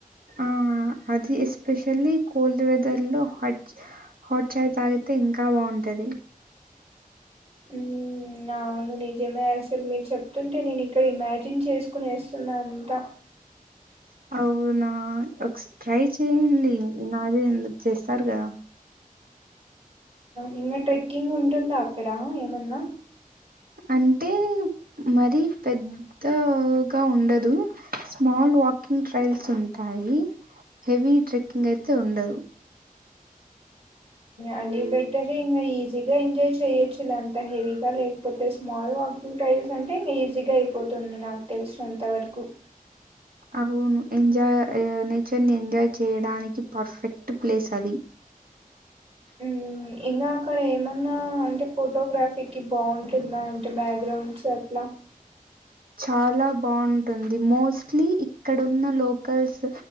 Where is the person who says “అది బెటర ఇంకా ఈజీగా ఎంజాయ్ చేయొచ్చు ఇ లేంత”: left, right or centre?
Right